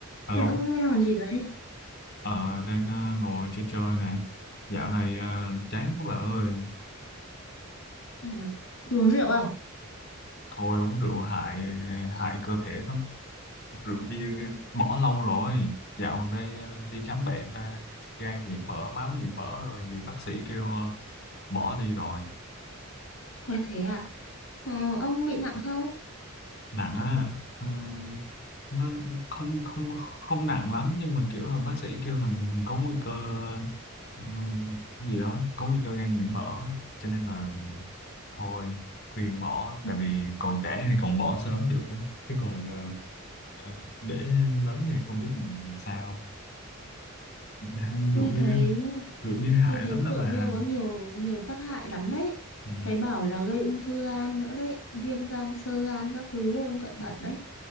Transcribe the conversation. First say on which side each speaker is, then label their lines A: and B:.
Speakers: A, on the left; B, on the left.
A: Alo,
B: Ê, ông ơi đang làm gì đấy?
A: ờ, đang ờ, ngồi chơi chơi nè. Dạo này ờ, chán quá bà ơi.
B: À, đi uống rượu không?
A: Thôi uống rượu hại hại cơ thể lắm. Uống Rượu bia cái- bỏ lâu rồi. Dạo gần đây ờ, đi khám bệnh ra gan nhiễm mỡ, máu nhiễm mỡ rồi vì bác sĩ kêu ờ, bỏ đi rồi.
B: Ôi thế à? Ờ, ông bị nặng không?
A: nặng á ờ, nó không không không nặng lắm nhưng mà kiểu là bác sĩ kêu là có nguy cơ ờ, gì đó có nguy cơ gan nhiễm mỡ cho nên là thôi khuyên bỏ
B: Ờ,
A: tại vì còn trẻ thì còn bỏ sớm được ấy. chứ còn ờ, ờ, để lớn thì không biết mình sao Hai
B: Tôi
A: rượu bia
B: thấy
A: rượu bia hại
B: tôi thấy
A: lắm
B: rượu
A: đó bà
B: bia có nhiều nhiều tác hại lắm đấy.
A: ừ,
B: Thấy bảo là gây ung thư gan nữa đấy, viêm gan, xơ gan các thứ đấy ông cẩn thận đấy.